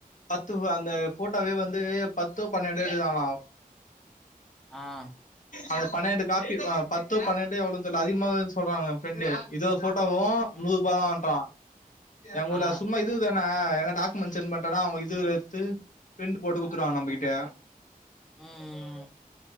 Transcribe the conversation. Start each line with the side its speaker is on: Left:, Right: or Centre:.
Left: பத்து அந்த ஃபோட்டோவே வந்து பத்தோ பன்னெண்டோ எடுக்றாங்லா
Centre: ஆ
Left: அது பன்ணென்டு காப்பி ஆ பத்தோ பன்ணென்டோ எவ்ளோன் தெர்ல அதிகமா வரு சொல்றாங்க பென்ட்ரைவ் இதுவது ஃபோட்டோவு
Centre: ம்
Left: நூறுபாதான்றா எங்கூர்ல
Centre: ஆ
Left: சும்மா இதுவ து தான ஏனா டாக்குமெண்ட் சென்ட் பண்ணட்டோனா அவுங்க இதுவ் எத்து பிரிண்ட் போட்டு குத்துருவாங்க நம்பகிட்ட
Centre: ம் ம்